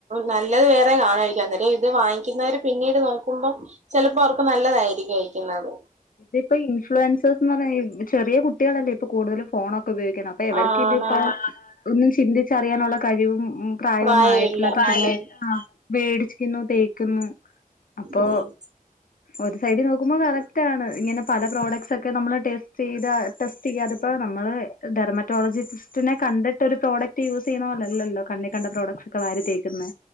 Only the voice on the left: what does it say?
ഇപ്പ ഇൻഫ്ലുവൻസേഴസ് എന്ന് പറഞ്ഞ് ഈ ചെറ്യ കുട്ടികളല്ലേ ഇപ്പ കൂടുതൽ ഫോണൊക്ക് ഉപയോഗിക്കണ് അപ്പോ എവർക്കിതിപ്പോ
ഒന്നും ഏഹ് ചിന്തിച്ചറിയാനുള്ള കഴിവും ഉം. പ്രായമൊന്നും
ആയിട്ടില്ലാത്ത പിള്ളേര്
പ്രായേ ആഹ് വേടിച്ചിക്കുന്നു തേക്കുന്നു. അപ്പോ
ഒരു സൈഡിൽ നോക്കുമ്പോ കറക് റ്റാണ് ഇങ്ങനെ പല പ്രോഡക്ട്സ് ഒക്കെ നമ്മള് ടെസ്റ്റ് ചെയ്ത ടെസ്റ്റ് ചെയ്യാതിപ്പോ നമ്മള് ഡെർമറ്റോളജിസിസ്റ്റിനെ കണ്ടിട്ട് ഒരു പ്രോഡക്ട് റ്റ് യൂസ് ചെയ്യുന്ന പോലല്ലല്ലോ കണ്ണിക്കണ്ട പ്രോഡക്സ് ഒക്കെ വാരി തേക്കുന്നേ.